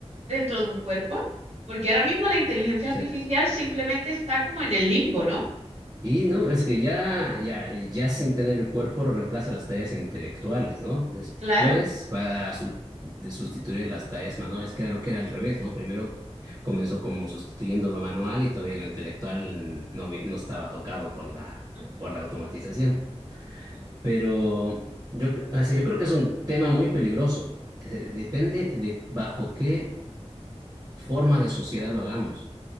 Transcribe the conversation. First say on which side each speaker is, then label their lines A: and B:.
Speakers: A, on the right; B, on the right.
A: dentro de un cuerpo? Porque ahora mismo la inteligencia
B: Sí.
A: artificial simplemente está como en el limbo, ¿no?
B: Y no, es que ya, ya, ya sin tener el cuerpo reemplaza las tareas intelectuales, ¿no? Después
A: Claro.
B: va a su- de sustituir las tareas manuales, que era lo que era al revés, ¿no? Primero comenzó como sustituyendo lo manual y todavía lo intelectual no, vi- no estaba tocado por la,
A: Ujú,
B: por la automatización.
A: ujú, ujú.
B: Pero yo, c- así, yo creo que es un tema muy peligroso. Eh, Depende de bajo qué forma de sociedad lo hagamos.